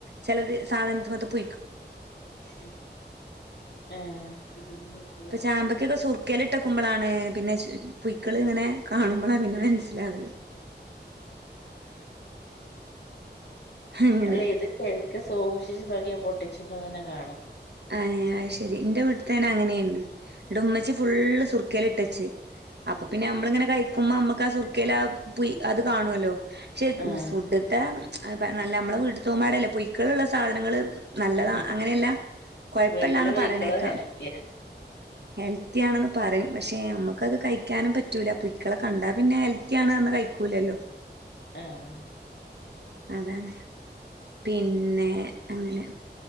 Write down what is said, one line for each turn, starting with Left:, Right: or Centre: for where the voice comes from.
Right: ചിലത് സാധനത്തി
Left: ഏഹ്
Right: ഇപ്പൊ ചാമ്പക്കൊക്കെ സുർക്കൽ ഇട്ടക്കുമ്പോളാണ് പിന്നെ പുയി ക്കള് ഇങ്ങനെ കാണുമ്പോ ള്ള പിന്നെ മനസ്സിലാവല്
Left: !!
Right: അങ്ങനെ
Left: അല്ലെ ഇത് ശരിക്ക് സൂക്ഷിച്ച് നോക്കി യാ പൊട്ടിച്പ്പോ തന്നെ കാണും
Right: ആഹ് ശെരി എന്റെ വീട്ടത്തേന്നെ അങ്ങനെയന്ന് ഇടെ ഉമ്മച്ചി ഫുള്ള് സു സുർക്കൽ ഇട്ടച്ച് അപ്പൊ പിന്നെ നമ്മളിങ്ങനെ കഴിക്കുമ്പോ നമുക്ക് ആ സുർക്കേൽ അത് കാണുവല്ലോ ചെ
Left: ആഹ്
Right: ഫുഡത്തെ നല്ല നമ്മളെ വീടു തോമ്പാടല്ലേ പൊയ്ക്കളള്ള സാധനങ്ങൾ നല്ലതാ
Left: ഉം
Right: അങ്ങനെയല്ല കൊഴപ്പല്ലാന്ന്
Left: വീട്ടിലെ പുഴുക്കളും
Right: പറയണേക്കാം
Left: ഹെൽത്തിയാ
Right: ഹെൽത്തി ആണെന്ന് പറയും പക്ഷെ നമുക്കത് കഴിക്കാനും പറ്റൂല ളെ കണ്ടാ പിന്നെ ഹെൽത്തി ആണ് എന്ന് കഴിക്കൂലല്ലോ
Left: ആഹ്
Right: അതാണ് പിന്നെ അങ്ങനെ